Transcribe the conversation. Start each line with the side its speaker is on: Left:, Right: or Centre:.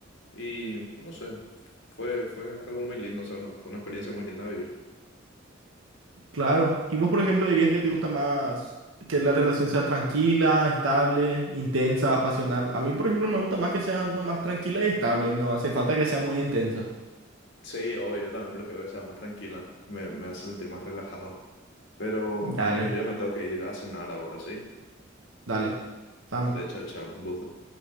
Left: Y, no sé, fue, fue algo muy lindo, o sea, una- fue una experiencia muy linda vivir.
Right: Claro. ¿Y vos, por ejemplo, dirías que te gusta más que la relación sea tranquila, estable, intensa, pasional? A mí, por ejemplo, me gusta más que sea nomás tranquila y estable. No hace falta que sea muy intensa.
Left: Sí, obvio, yo también prefiero que sea más tranquila, me, me hace sentir más relajado. Pero,
Right: Dale,
Left: amigo, yo ya me tengo que ir a cenar ahora, ¿sí?
Right: dale. Estamos.
Left: Vale, chao, chao, un gusto.